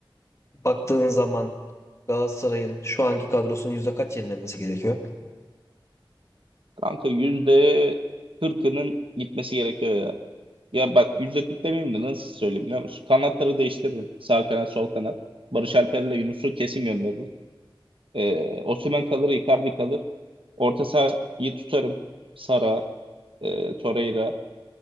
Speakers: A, on the left; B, on the right.
A: baktığın zaman Galatasaray'ın şu anki kadrosunun yüzde kaç yenilenmesi gerekiyor?
B: Kanka yüzde kırkının gitmesi gerekiyor ya. Ya bak yüzde kırk demeyeyim de nasıl söyleyeyim biliyor musun? Kanatları değiştiririm. Sağ kanat, sol kanat. Barış Alper'le Yunus'u kesin gönderirim. Ee, Osimhen kalır, Icardi kalır. Orta sahayı tutarım. Sara, e, Torreira,